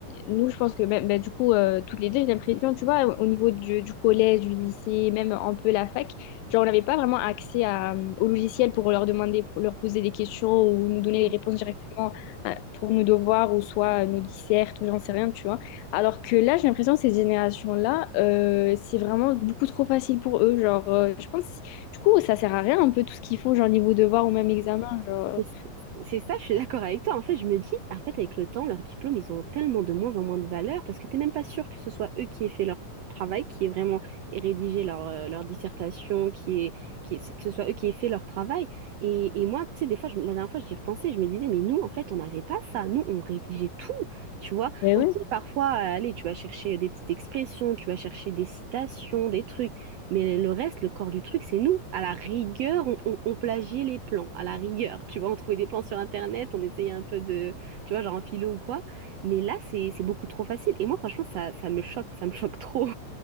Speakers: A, on the left; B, on the right.
A: nous, je pense que même, bah, du coup, euh, toutes les deux, j'ai l'impression, tu vois, au au niveau du, du collège, du lycée, même un peu la fac, genre, on n'avait pas vraiment accès à, euh, au logiciel pour leur demander, pour leur poser des questions ou nous donner
B: <laughs>
A: les réponses directement euh, pour nos devoirs ou soit euh, nos dissertes ou j'en sais rien, tu vois. Alors que là, j'ai l'impression que ces générations-là, euh, c'est vraiment beaucoup trop facile pour eux. Genre, euh, je pense, du coup, ça sert à rien un peu tout ce qu'ils font, genre niveau devoir ou même examen, genre.
B: Mais C'est c'est ça, je suis d'accord avec toi. En fait, je me dis, en fait, avec le temps, leurs diplômes, ils ont tellement de moins en moins de valeur parce que t'es même pas sûr que ce soit eux qui aient fait leur travail, qui aient vraiment rédigé leur, euh, leur dissertation, qui aient- qui aient- que ce soit eux qui aient fait leur travail. Et, et moi, tu sais, des fois, je- la dernière fois, j'y repensais, je me disais, mais nous, en fait, on n'avait pas ça. Nous, on rédigeait tout, tu vois.
A: Ben
B: Ok,
A: oui.
B: parfois, euh, allez, tu vas chercher des petites expressions, tu vas chercher des citations, des trucs. Mais le reste, le corps du truc, c'est nous. À la rigueur, on, on, on plagiait les plans. À la rigueur, tu vois, on trouvait des plans sur Internet, on essayait un peu de, tu vois, genre en philo ou quoi. Mais là, c'est, c'est beaucoup trop facile. Et moi, franchement, ça, ça me choque, ça me choque trop.